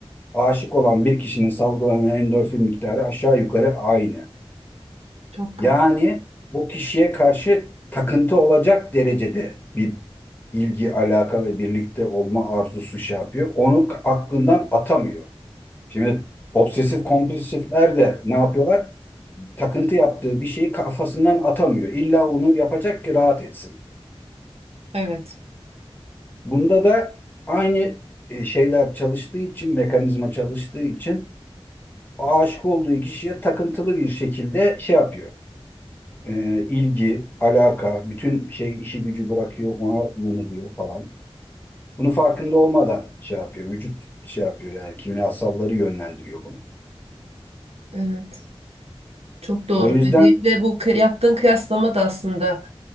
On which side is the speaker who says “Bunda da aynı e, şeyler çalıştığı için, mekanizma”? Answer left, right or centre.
Left